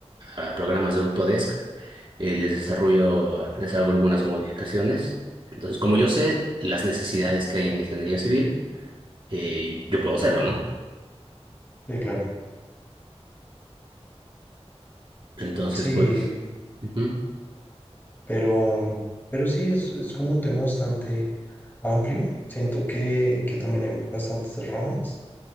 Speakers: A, on the right; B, on the left.
A: a programas de Autodesk, eh, les desarrollo, eh, les hago algunas modificaciones. Entonces, como yo sé las necesidades que hay en la ingeniería civil, eh, yo puedo hacerlo, ¿no?
B: sí, claro.
A: Entonces,
B: Sí,
A: pues, ujú,
B: pero, pero sí, es, es como un tema bastante amplio. Siento que, que también hay bastantes ramas.